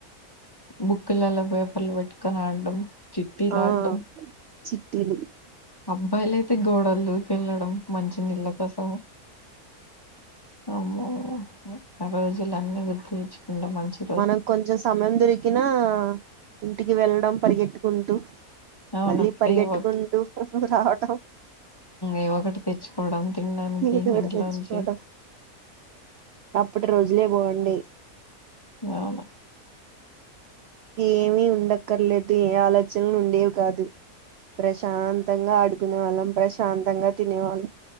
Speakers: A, on the left (about 20°); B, on the right (about 75°).
A: బుక్లలా పేపర్లు పెట్టుకని ఆడ్టం చిట్టీలడ్టం
B: ఆ చిట్టీలు
A: అబ్బాయిలయితే గోడలు దూకెళ్ళడం మంచి నీళ్ళ కోసం అమ్మో ఆ రోజులు అన్నీ గుర్తుతెచ్ మంచి
B: మనం కొంచెం సమయం దొరికినా ఇంటికి వెళ్ళడం పరిగెట్టుకుంటూ
A: అవును
B: మళ్ళీ పరిగెట్టుకుంటూ
A: ఏవో
B: రావటం
A: ఏ ఒకటి తెచ్చుకోవడం తినడానికి
B: నీతోటి
A: ఇంట్లోంచి
B: తెచ్చుకోవటం అప్పటి రోజులే బాగుండే
A: అవును
B: ఏమీ ఉండక్కర్లేదు ఏ ఆలోచనలు ఉండేవి కాదు ప్రశాంతంగా ఆడుకునే వాళ్ళం ప్రశాంతంగా తినే వాళ్ళు